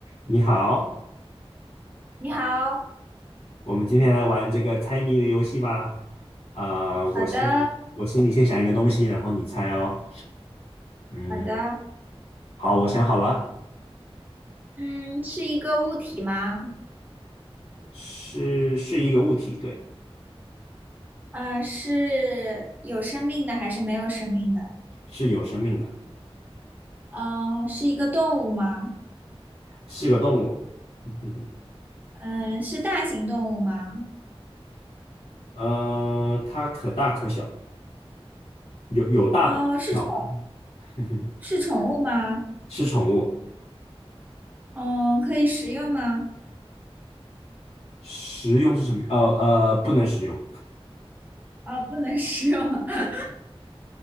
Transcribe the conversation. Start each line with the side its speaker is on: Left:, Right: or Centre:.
Left: 你好，
Right: 你好，
Left: 我们今天来玩这个猜谜的游戏吧。啊、我心我心里先想一个东西，
Right: 好的，
Left: 然后你猜哦。嗯，
Right: 好的，
Left: 好，我想好了，
Right: 嗯，是一个物体吗？
Left: 是是一个物体，对，
Right: 嗯、是有生命的还是没有生命的？
Left: 是有生命的，
Right: 嗯、是一个动物吗？
Left: 是个动物。<laughs>
Right: 嗯、是大型动物吗？
Left: 呃，它可大可小，有有大的有小的，
Right: 呃，是宠
Left: <laughs>
Right: 是宠物吗？
Left: 是宠物。
Right: 嗯、可以食用吗？
Left: 食用是什么？呃呃，不能食用，
Right: 啊、不能食用。<laughs>